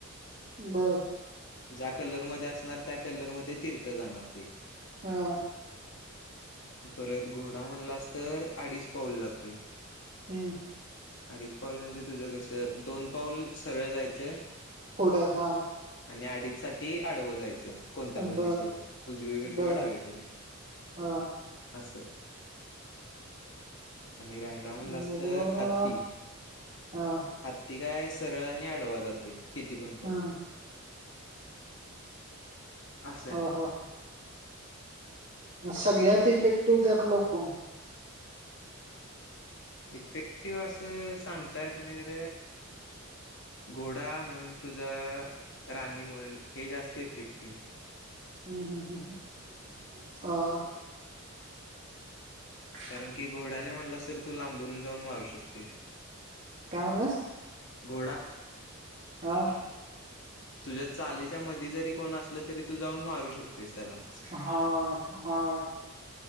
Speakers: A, on the right; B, on the left.
A: बर
B: ज्या कलरमध्येध्ये असणार त्या कलरमध्ये तिरकं जाणार तेी
A: हम
B: परत घोडा म्हणलास तर अडीच पाऊल जाते
A: हम्म
B: अडीच पाऊल म्हणजे तुझं कसं दोन पाऊल सगळं जायचंय
A: पुढं हा
B: आणि आडीच साठी आडवं जायचं कोणत्या पण
A: बर
B: दिशेला उजवीकडे किंवा
A: बर
B: डावीकडें
A: हा
B: असस आणि रायला म्हणलं
A: आणि
B: अस तर
A: गेलो ना
B: हत्ती
A: हा
B: हातती काय सरळ आणि आडवा जातोय किती पण पाहल
A: हम्म
B: असं आहे
A: हा ह सगळ्यात इफेक्टिव्ह त्यात लोकण
B: इफेक्टिव्ह असं सांगता येतना किर घोडा म्हण तुझा राणी म्हण हे जास्त इफेक्टिव
A: हम्म हम् हम् ह ह्
B: कारण की घोड्याने म्हणलास तर तू लांबून जाऊन मारू शकतेस
A: टनलस
B: गोडा
A: हा
B: तुझ्या चालीच्या मध्ये जरी कोण असलं तरी तू जाऊन मारू शकतो तिसतला
A: हा हा